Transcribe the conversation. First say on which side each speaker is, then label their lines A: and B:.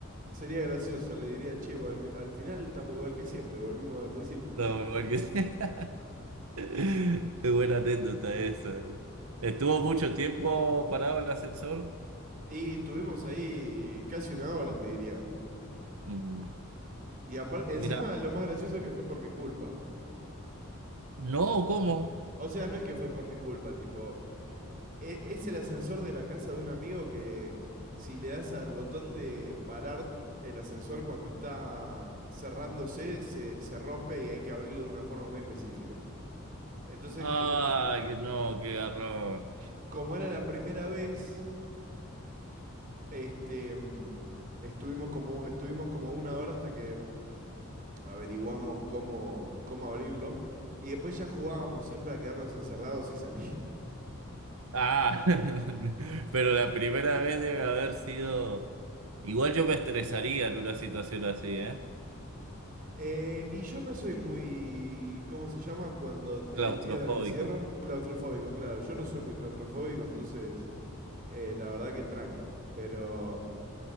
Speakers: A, on the right; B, on the right.
A: sería gracioso. Le diría, che, volvi- al final estamos igual que siempre, volvimos al principio.
B: No, porque... <laughs> <laughs> Es buena anécdota esa. eh. Estuvo mucho tiempo parado el ascensor.
A: Y estuvimos ahí casi una hora, te diría.
B: Mm,
A: Y aparte, encima
B: Mira,
A: lo más gracioso es que fue por mi culpa.
B: no, ¿cómo?
A: O sea, no es que fue por mi culpa, tipo, E- Es el ascensor de la casa de un amigo que si le das al botón de parar el ascensor cuando está cerrándose, se, se rompe y hay que abrirlo de una forma muy específica. Entonces,
B: Ah,
A: como,
B: que no, qué garrón.
A: como era la primera vez, este, mm, estuvimos como, estuvimos como una hora hasta que averiguamos cómo, cómo abrirlo. Y después ya jugábamos siempre a quedarnos encerrados y salir.
B: Ah, <laughs> pero la primera vez debe haber sido. Igual yo me estresaría en una situación así, ¿eh?
A: Eh, y yo no soy muy, ¿cómo se llama? Cuando tenés
B: Claustrofóbico.
A: miedo al encierro, claustrofóbico, claro. Yo no soy muy claustrofóbico, entonces eh, la verdad que tranqui. Pero